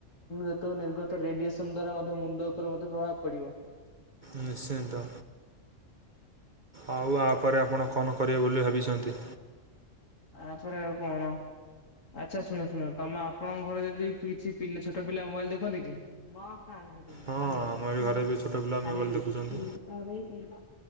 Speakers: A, on the left; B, on the right.
A: ଯେତେବେ ନିର୍ଗତ ରେଡିଏସନ ଦ୍ଵାରା ମଧ୍ୟ ମୁଣ୍ଡ ଉପରେ ମଧ୍ୟ ପ୍ରଭାବ ପଡ଼ିବ।
B: ନିଶ୍ଚିତ। ଆଉ ଆ ପରେ ଆପଣ କଣ କରିବେ ବୋଲି ଭାବିଛନ୍ତି।
A: ଆ ଛଡ଼ା ଆଉ କଣ। ଆଚ୍ଛା ଶୁଣ ଶୁଣ ତମେ ଆପଣଙ୍କ ଘରେ ଯଦି କିଛି ଛୋଟ ପିଲା ମୋବାଇଲ ଦେଖନ୍ତି କି। ଆରାଇ
B: ହଁ
A: ଦେଇଛ
B: ଆମରି ଘରେ ବି ଛୋଟ ପିଲା ମୋବାଇଲ୍
A: ଅରାଇ ଦେଇଛୁ।
B: ଦେଖୁଛନ୍ତି
A: <unintelligible>